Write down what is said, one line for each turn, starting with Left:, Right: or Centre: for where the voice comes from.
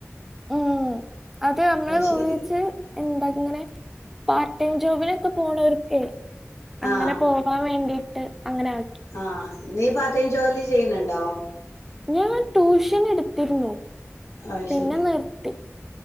Centre: ഉം അത് നമ്മളെ വിളിച്ച്
Left: ശരി
Centre: എന്താങ്ങനെ പാർടൈമ് ജോബിനൊക്കെ പോണവർക്കെ അങ്ങനെ
Left: ആഹ്
Centre: പോ വാൻ വേണ്ടീയിട്ട് അങ്ങനെ ആ
Left: ആഹ് നീ പാർട്ട് ടൈം ജോലി ചെയ്യുന്നുണ്ടോ
Centre: ഞാൻ ട്യൂഷൻ എടുത്തിരുന്നു.
Left: അയ്
Centre: പിന്നെ
Left: ശരി
Centre: നിർത്തി